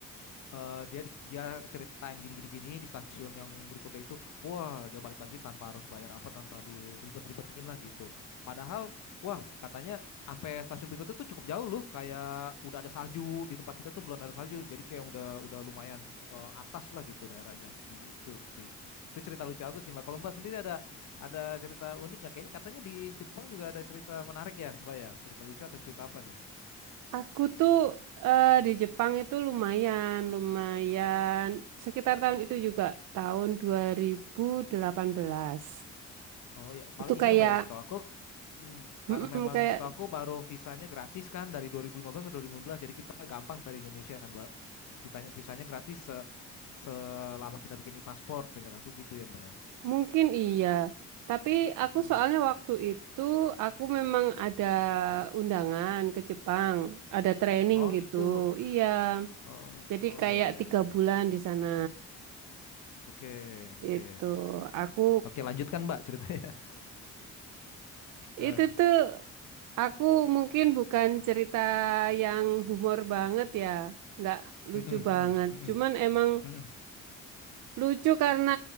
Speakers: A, on the left; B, on the right.
A: eh, dia di- dia ceritain gini gini gini di stasiun yang berikutnya itu wah dia balik lagi tanpa harus bayar apa tanpa diribet-ribetin lah gitu padahal wah katanya sampai stasiun berikutnya tuh cukup jauh loh kayak udah ada salju di tempat kita tuh belum ada salju jadi kayak udah udah lumayan eh, atas lah gitu daerahnya gitu sih itu cerita lucu aku sih mbak kalau mbak sendiri ada ada cerita unik nggak kayaknya katanya di Jepang juga ada cerita menarik ya mbak ya cerita lucu atau cerita apa nih
B: Aku tuh eh, di Jepang itu lumayan, lumayan sekitar tahun itu juga tahun 2018.
A: Oh ya, soalnya
B: Itu
A: ini
B: kayak
A: ya Mbak ya, setahu aku hmm, karena
B: mm-mm,
A: memang
B: kayak
A: setahu aku baru visanya gratis kan dari 2015 atau 2016. Jadi kita gampang dari Indonesia kan Mbak. Vitanya visanya gratis se- selama kita bikin e-paspor, seingat aku gitu ya Mbak ya.
B: mungkin iya. Tapi aku
A: Mm-mm.
B: soalnya waktu itu aku memang ada undangan ke Jepang, ada training
A: Oh
B: gitu.
A: gitu.
B: Iya.
A: Oh,
B: Jadi
A: oh
B: kayak
A: ya ya
B: tiga
A: ya ya.
B: bulan di sana.
A: Oke,
B: Gitu.
A: oke.
B: Aku
A: Oke, lanjutkan Mbak ceritanya. <laughs>
B: Itu
A: Eh,
B: tuh aku mungkin bukan cerita yang humor banget ya, nggak lucu
A: mm-mm, mm-mm,
B: banget.
A: mm-mm,
B: Cuman emang
A: mm-mm.
B: lucu karena